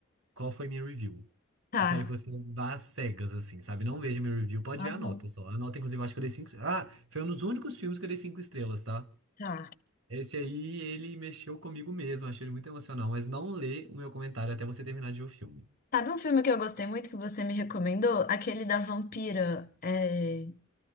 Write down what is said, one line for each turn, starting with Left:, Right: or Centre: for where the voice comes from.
Right: qual foi minha review.
Left: Tá.
Right: Eu quero que você vá às cegas, assim, sabe? Não veja meu review, pode
Left: Aham.
Right: ver a nota só. A nota, inclusive, eu acho que eu dei cinco. Ah, foi um dos únicos filmes que eu dei cinco estrelas, tá?
Left: Tá.
Right: Esse aí, ele mexeu comigo mesmo, achei ele muito emocional, mas não lê o meu comentário até você terminar de ver o filme.
Left: Sabe um filme que eu gostei muito que você me recomendou? Aquele da vampira, é,